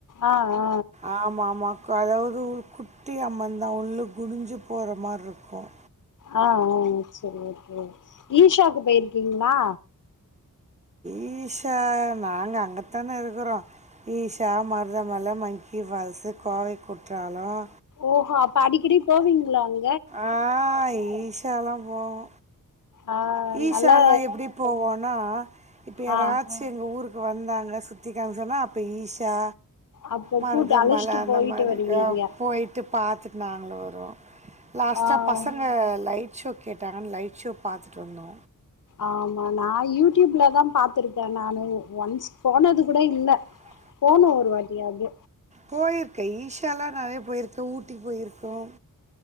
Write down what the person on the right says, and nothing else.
ஆமா ஆமா க அதாவது ஒரு குட்டி அம்மந்தான் உள்ள குனிஞ்சி போற மாறி இருக்கும்
ஈஷா நாங்க அங்கதான இருக்கறோ ஈஷா மருதமல்ல மங்க்கி ஃபால்ஸு கோவை குற்றாலம்
ஆ ஈஷாலா போவோம்
ஈஷாலா
எப்டி போவோன்னா இப்ப யாராச்சி
எங்க ஊருக்கு வந்தாங்க சுத்தி காமி சொன்னா அப்ப ஈஷா
மருதமல
அந்த
மாரி
ஆ போயிட்டு பாத்துட்டு நாங்களு வருவோம் லாஸ்ட்டா
பசங்க லைட் ஷோ கேட்டாங்கன் லைட் ஷோ பாத் துட்டு வந்தோ
ஆ
போயிருக்க ஈஷாலாம் நறையா போயிருக்கன் ஊட்டிக்கு போயிருக்கோம்